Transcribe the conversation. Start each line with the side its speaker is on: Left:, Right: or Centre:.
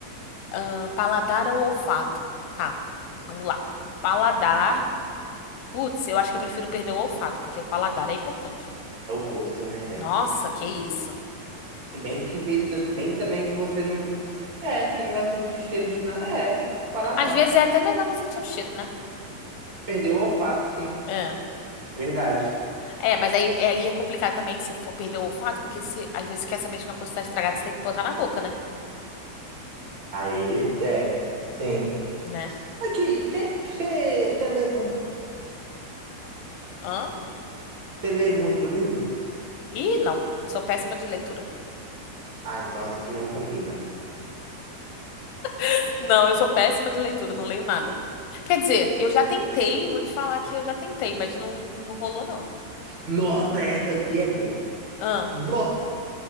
Left: Ah, Paladar ou olfato? Tá, vamos lá. Paladar. Putz, eu acho que eu prefiro perder o olfato, porque o paladar é importante.
Right: É o gosto, né, velho?
Left: Nossa, que isso.
Right: Se bem que, be- se bem também que você não. É, você não vai sentir cheiro de nada. É, paladar.
Left: Às vezes é até melhor não sentir o cheiro, né?
Right: Perdeu o olfato, sim.
Left: É.
Right: Verdade.
Left: É, mas aí, é- aí é complicado também se for perder o olfato, porque se, às vezes você quer saber de uma coisa está estragada, você tem que botar na boca, né?
Right: A ele, é, sim.
Left: Né?
Right: Aqui, você lê muito,
Left: Hã?
Right: você lê muito livro?
Left: Ih, não. Sou péssima de leitura.
Right: Ah, então essa aqui não combina.
Left: <laughs> Não, eu sou péssima de leitura, não leio nada. Quer dizer, eu já tentei, vou te falar que eu já tentei, mas não, não rolou, não.
Right: Nossa, essa aqui é boa.
Left: Hã?
Right: Nossa,